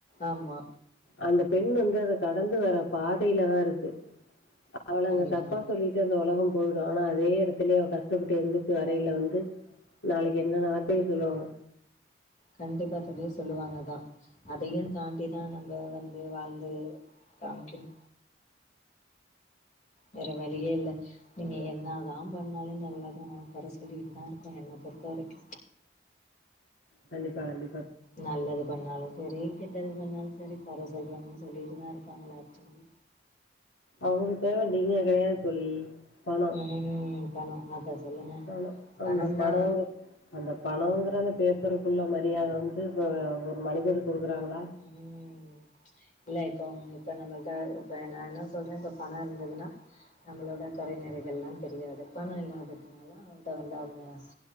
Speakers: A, on the left; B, on the left.
A: ஆமா
B: அந்த பெண் வந்து அத கடந்து வர பாதைல தா இருக்கு அவள
A: கண்டிப்பா.
B: அங்க தப்பா சொல்லிட்டு அந்த ஒலகம் போயிடு ஆனா அதே எடத்துலே அவ கஷ்டப்பட்டு எழ்ந்துருச்சு வரைல வந்து நாளைக்கு என்னென்ன வார்த்தைய சொல்லுவாங்க
A: கண்டிப்பா தோழி சொல்லுவாங்க தா அதையு தாண்டி தா நம்ப வந்து வாழ்ந்து காம்க்கன். வேற வழியே இல்ல. நீங்க என்னாதா பண்ணாலு இந்த உலகோ கொற சொல்லிகிட்டு தா இருக்கு என்ன பொறுத்த வரைக்கு.
B: கண்டிப்பா கண்டி
A: நல்லது பண்ணாலு செரி கெட்டது பண்ணாலு செரி கொற சொல்றவுங்க சொல்லிட்டுதா இருப்பாங்கலாட்ருகுது.
B: அவுங்குளுக் தேவ நீங்க கெடையாத் தோழி பணோ
A: ம் பணோ அத சொல்லுங்க.
B: ஆனா அந்த
A: பணம்
B: பணோங்க
A: தான்
B: அந்த பணோங்கற அந்த பேப்பருக்குள்ள மரியாத வந்து இப்ப வ ஒரு மனிதர்க் குடுக்குறாங்களா?
A: ம். இல்ல இப்போ அவுங் இப்போ நம்மள்ட்ட இப்ப நா என்ன சொல்றே இப்ப பணோ இருந்ததுனா நம்மளோட கொறை நிறைகள்ல்லா தெரியாது பணோ இல்லாததுனால அவுத்த வந்து அவுங்கஸ்